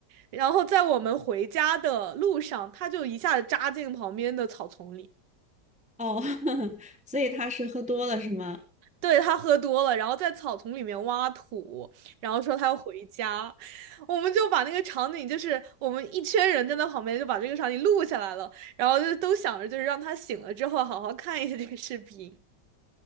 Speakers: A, on the right (about 85°); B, in the centre.
A: 然后在我们回家的路上，他就一下子扎进旁边的草丛里。
B: 哦，<laughs> 所以他是喝多了是吗？
A: 对，他喝多了，然后在草丛里面挖土，然后说他要回家，我们就把那个场景，就是我们一圈人站在旁边，就把这个场景录下来了，然后就都想着就是让他醒了之后好好看一下这个视频。